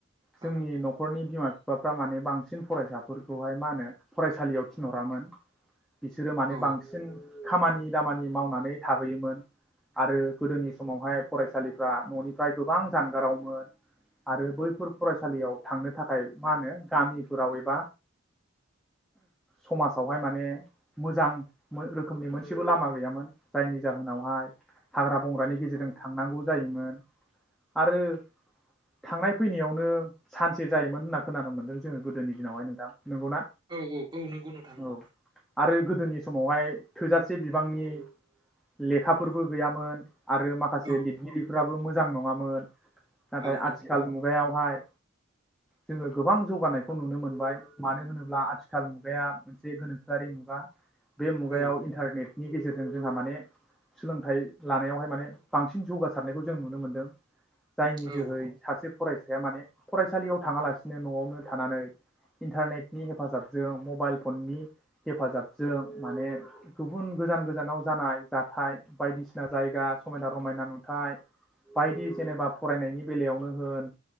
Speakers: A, in the centre; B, on the right.
A: जोंनि
B: औ
A: न'खरनि। बिमा बिफाफ्रा माने बांसिन फरायसाफोरखौहाय मा होनो फरायसालियाव थिनहरामोन। बिसोरो माने
B: औ
A: बांसिन खामानि दामानि मावनानै थाहैयोमोन। आरो गोदोनि समावहाय फरायसालिफ्रा न'निफ्राय गोबां जानगारावमोन। आरो बैफोर फरायसालियाव थांनो थाखाय मा होनो गामिफोराव एबा समाजावहाय माने मोजां रोखोमनि मोनसेबो लामा गैयामोन जायनि जाहोनावहाय। हाग्रा बंग्रानि गेजेरजों थांनांगौ जायोमोन। आरो थांनाय फैनायावनो सानसे जायोमोन होनना खोनानो मोनदों जोङो गोदोनि दिनावहाय नोंथां। नंगौना
B: औ औ औ नंगौ नोंथां नंगौ।
A: औ आरो गोदोनि समावहाय थोजासे बिबांनि लेखा फोरबो गैयामोन आरो माखासे
B: औ
A: लिरगिरि फोराबो मोजां नङामोन। नाथाय
B: औ
A: आथिखाल
B: औ
A: मुगायाव बेवहाय जोङो गोबां जौगानायखौ नुनो मोनबाय, मानो होनोब्ला आथिखाल मुगाया मोनसे गोनोखोआरि मुगा बे मुगायाव
B: औ
A: इन्टारनेट। नि गेजेरजों जोंहा माने सोलोंथाइ लानायावहाय माने बांसिन जौगासारनायखौ जों नुनो मोनदों। जायनि
B: औ
A: जोहै
B: औ
A: सासे फरायसा फिसाया माने फरायसालियाव थाङालासिनो, न'आवनो थानानै इन्टारनेटनि हेफाजाबजों, मबाइल फननि हेफाजाबजों माने गुबुन गोजान गोजानाव जानाय जाथाय बायदिसिना जायगा समायना रमायना नुथाय, बायदि जेनेबा फरायनायनि बेलायावनो होन